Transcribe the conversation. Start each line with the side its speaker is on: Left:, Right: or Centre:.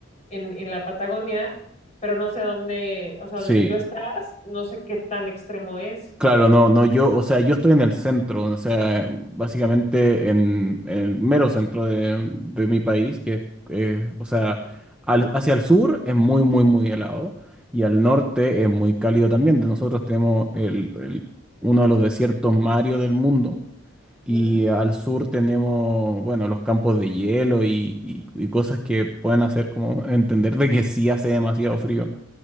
Left: en, en la Patagonia, pero no sé dónde, o sea,
Centre: sí.
Left: donde tú estás, no sé qué tan extremo es.
Centre: Claro, no, no, yo, o sea, yo estoy en el centro, o sea, básicamente en, en el mero centro de, de mi país, que eh, o sea, al- hacia el sur es muy, muy, muy helado y al norte es muy cálido también. De Nosotros tenemos el, el- uno de los desiertos más áridos del mundo y
Left: Mm,
Centre: al sur tenemos, bueno, los campos de hielo y, y- y cosas que pueden hacer como entender de que sí hace demasiado frío.